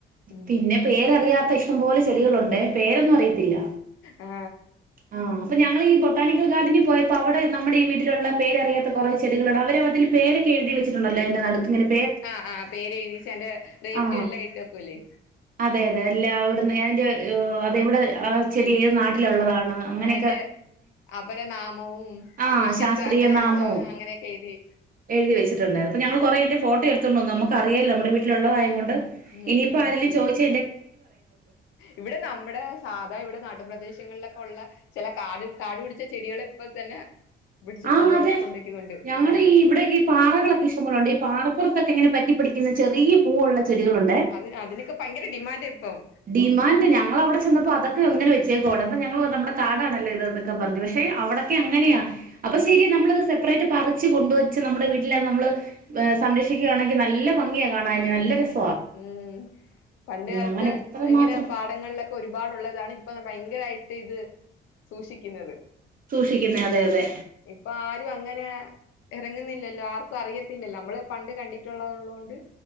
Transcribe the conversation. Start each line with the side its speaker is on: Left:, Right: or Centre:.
Left: ഉം
Right: പിന്നെ പേരറിയാത്ത ഇഷ്ടംപോലെ ചെടികളുണ്ട് പേരൊന്നും അറിയത്തില്ല
Left: ആ
Right: ആഹ് അപ്പോ ഞങ്ങളീ ബൊട്ടണിക്കൽ ഗാർഡനിൽ പോയപ്പോൾ അവിടെ നമ്മുടെ ഈ വീട്ടിലുള്ള പേരറിയാത്ത കുറെ ചെടികളിണ്ട് അവര് അതിൽ പേരൊക്കെ എഴുതി വച്ചിട്ടുണ്ടല്ലോ അതിന്റെ നടുക്കിങ്ങനെ
Left: ആഹ് ആ പേര് എഴുതീട്ട് അന്റെ റേറ്റ്
Right: ആ
Left: എല്ലാം ഇട്ട് വക്കൂലേ
Right: അതെ അതെ അല്ല അവിടുന്ന്തിന്റെ അതെവിടെ ആ ചെറിയ ഏത് നാട്ടിലുള്ളതാണ് അങ്ങനെ
Left: അ അപരനാമവും
Right: ആഹ്
Left: സ്പീഷ്യസ്
Right: ശാസ്ത്രീയ
Left: അങ്ങനെയുള്ള
Right: നാമവും
Left: സാധനം അങ്ങനെയൊക്കെ എഴുതി
Right: എഴുതി വച്ചിട്ട്ണ്ടായിരുന്നു
Left: ഉം
Right: അപ്പ ഞങ്ങൾ കുറെ അയിന്റെ ഫോട്ടോ എടുത്ത് നമുക്കറിയാല്ലോ നമ്മടെ വീട്ടിലുള്ളതായ കൊണ്ട്
Left: ഉം
Right: ഇനിയിപ്പോ ആരെലും ചോദിച്ച
Left: ഇവിടെ നമ്മുടെ സാധാ ഇവിടെ <unintelligible> പ്രദേശങ്ങളിലൊക്കെ ഉള്ള ചില കാട് കാടു പിടിച്ച ചെടികൾ ഇപ്പ തന്നെ പിടിച്ച്
Right: ആഹ്
Left: പൂന്തോട്ട
Right: അതെ
Left: കൊണ്ടുവയ്ക്കുന്നുണ്ട്
Right: ഞങ്ങളുടെ ഈ ഇവിടെ ഈ പാറകളൊക്കെ ഇഷ്ടപോലുണ്ട് ഈ പാറപ്പുറത്തൊക്കെ ഇങ്ങനെ പ പിടിക്കുന്ന ചെറിയ പൂവ് ഉള്ള ചെടികളുണ്ട്
Left: അത് അതിനൊക്കെ ഭയങ്കര ഡിമാൻഡ് ഇപ്പം
Right: ഡിമാൻഡ് ഞങ്ങളവിടെ ചെന്നപ്പോ അതൊക്കെ ക്ക് ഇങ്ങനെ വെച്ചേക്കാണ് അപ്പൊ ഞങ്ങള് നമ്മുടെ കാടാണല്ലോ ഇതൊക്കെ പറഞ്ഞു പക്ഷെ അവിടൊക്കെ അങ്ങനെയാ. അപ്പൊ ശരി നമ്മളത് സെപ്പറേറ്റ് പറിച്ച് കൊണ്ടുവച്ച് നമ്മുടെ വീട്ടിലത് നമ്മള് സംരക്ഷിക്കുകയാണെങ്കിൽ നല്ല പാ ഭംഗിയാ കാണാന് നല്ല രസാ
Left: ഉം പണ്ട് കാലത്ത്
Right: അങ്ങനെ എത്ര
Left: ഇങ്ങനെ
Right: മാത്രം
Left: പാടങ്ങളിലൊക്കെ ഒരുപാടുള്ളതാണ് ഇപ്പൊ ഭയങ്കരായിട്ട് ഇത് സൂക്ഷിക്കുന്നത്
Right: സൂക്ഷിക്കുന്നെ അതെ അതെ
Left: ഇപ്പൊ ആരും അങ്ങനെ ഇറങ്ങുന്നില്ലല്ലോ ആർക്കും അറിയത്തില്ലല്ലോ നമ്മള് പണ്ട് കണ്ടിട്ടുള്ളതുള്ളോണ്ട്